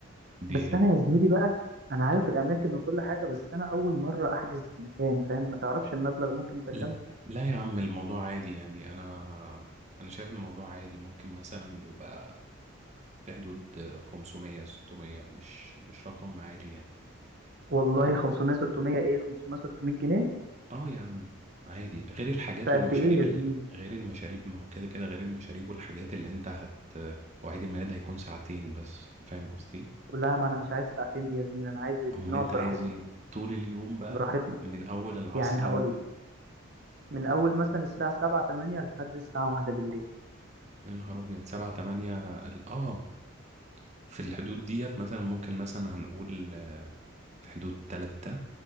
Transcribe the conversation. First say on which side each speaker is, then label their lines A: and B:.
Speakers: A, on the right; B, on the right.
A: دي
B: بس انا يا زميلي بقى انا عارف الاماكن وكل حاجة بس انا اول مرة احجز مكان فاهم ما تعرفش المبلغ ممكن يبقى
A: ل-
B: كام
A: لا يا عم الموضوع عادي يعني انا انا شايف الموضوع عادي ممكن مثلا يبقى في حدود 500 600 مش مش رقم عالي يعني
B: والله 500 600 ايه 500 600 جنيه
A: اه يا عم عادي غير الحاجات
B: فقد
A: والمشاريب
B: ايه يا
A: ال...
B: زميلي
A: غير المشاريب ما هو كده كده غير المشاريب والحاجات اللي انت هت هو عيد الميلاد هيكون ساعتين بس فاهم قصدي
B: لا ما انا مش عايز ساعتين دي يا زميلي انا عايز
A: امال
B: نقعد
A: انت
B: براحتنا
A: عايز ايه طول اليوم بقى
B: براحتنا
A: من اول العصر
B: يعني هقول
A: ل-
B: من أول مثلا الساعة سبعة تمانية لحد الساعة واحدة بالليل
A: يا نهار ابيض سبعة تمانية ال- اه في الحدود ديت مثلا ممكن مثلا هنقول آه، في حدود تلاتة